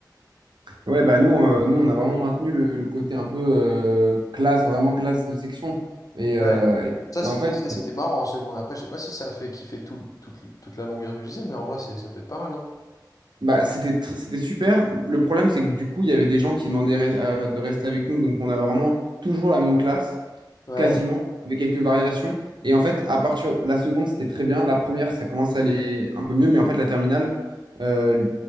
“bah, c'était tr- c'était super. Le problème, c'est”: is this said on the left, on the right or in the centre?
Right